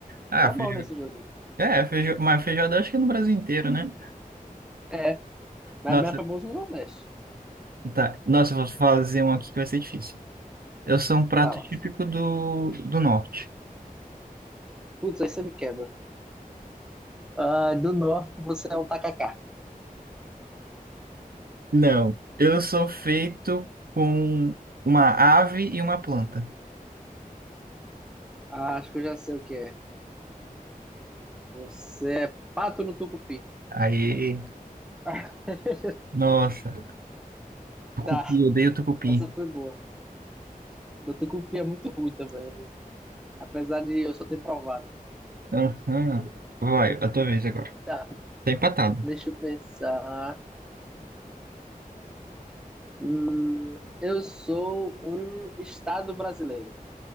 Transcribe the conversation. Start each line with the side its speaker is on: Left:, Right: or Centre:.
Right: Ah,
Centre: Tá bom
Right: feijoada.
Centre: nesse joguinho.
Right: É, feijo... mas feijoada acho que é no Brasil inteiro, né?
Centre: É, mas
Right: Nossa,
Centre: bem famoso no Nordeste.
Right: Tá. Nossa, eu vou fazer um aqui que vai ser difícil. Eu sou um prato
Centre: Fala.
Right: típico do, do norte.
Centre: Putz, aí você me quebra. Ah, do Norte, você é um tacacá.
Right: Não. Eu sou feito com uma ave e uma planta.
Centre: Ah, acho que eu já sei o que é. Você é pato no tucupi.
Right: Aí,
Centre: <laughs>
Right: nossa. Tucupi,
Centre: Tá,
Right: eu odeio tucupi.
Centre: essa foi boa. Da tucupi é muito ruim também, né? Apesar de eu só ter provado.
Right: Aham. Vai, a tua vez agora.
Centre: Tá,
Right: Tá empatado.
Centre: deixa eu pensar. Hum, eu sou um estado brasileiro,